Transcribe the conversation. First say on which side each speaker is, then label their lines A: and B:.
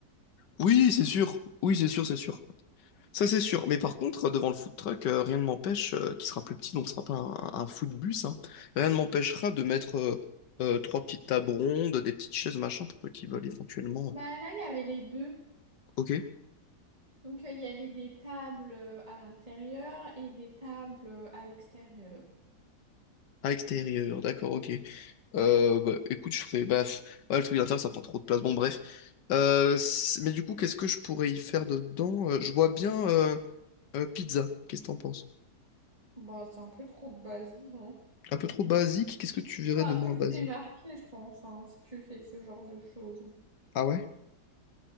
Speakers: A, on the left (about 85°); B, on the right (about 20°).
A: Oui, c'est sûr, oui, c'est sûr, c'est sûr. Ça, c'est sûr. Mais par contre, devant le food truck, euh, rien ne m'empêche, euh, qui sera plus petit, donc ce sera pas un, un food bus, hein, rien ne m'empêchera de mettre euh, euh, trois petites tables rondes, des petites chaises, machin, pour ceux qui veulent éventuellement. euh,
B: Bah, là, il y avait les deux.
A: Ok.
B: Donc, euh, il y avait des tables euh, à l'intérieur et des tables euh, à l'extérieur.
A: À l'extérieur, d'accord, ok. Euh, bah, écoute, je ferai. Bah, pff, ouais, le truc d'intérieur, ça prend trop de place. Bon, bref. Euh, c- mais du coup, qu'est-ce que je pourrais y faire dedans? Euh, Je vois bien. euh, Euh, pizza, qu'est-ce que t'en penses?
B: Bon, c'est un peu trop basique, hein.
A: Un peu trop basique, qu'est-ce que tu verrais
B: Faut un
A: de moins
B: peu se
A: basique?
B: démarquer, je pense, hein, si tu fais ce genre de choses.
A: Ah ouais?